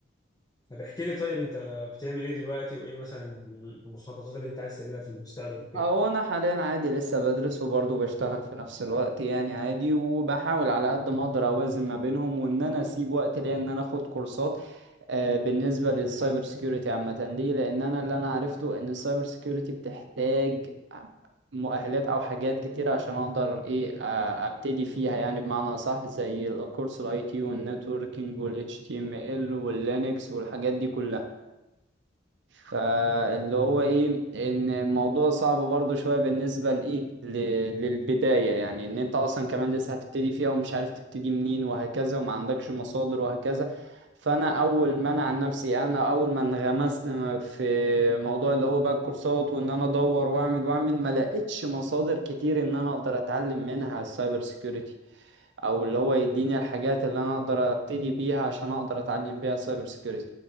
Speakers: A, on the left; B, on the right.
A: طب احكي لي طيب انت بتعمل ايه دلوقتي وايه مثلا المخططات اللي انت عايز تعملها في المستقبل وكده
B: هو انا حاليا عادي لسه بدرس وبرضه بشتغل في نفس الوقت يعني عادي وبحاول على قد ما اقدر اوازن ما بينهم وان انا اسيب وقت ليا ان انا اخد كورسات آه، بالنسبة للسايبر سيكيورتي عامة ليه؟ لأن أنا اللي أنا عرفته إن السايبر سيكيورتي بتحتاج مؤهلات أو حاجات كتيرة عشان أقدر إيه آه، أبتدي فيها يعني بمعنى صح زي الكورس الأي تي والنتوركينج وال HTML واللينكس والحاجات دي كلها. فاللي هو
A: مم.
B: ايه ان الموضوع صعب برضو شوية بالنسبة لايه ل- للبداية يعني ان انت اصلا كمان لسه هتبتدي فيها ومش عارف تبتدي منين وهكذا وما عندكش مصادر وهكذا فانا اول ما انا عن نفسي انا اول ما انغمست م- في موضوع اللي هو بقى الكورسات وان انا ادور واعمل واعمل ما لقيتش مصادر كتير ان انا اقدر اتعلم منها السايبر سيكيورتي او اللي هو يديني الحاجات اللي انا اقدر ابتدي بيها عشان اقدر اتعلم بيها السايبر سيكيورتي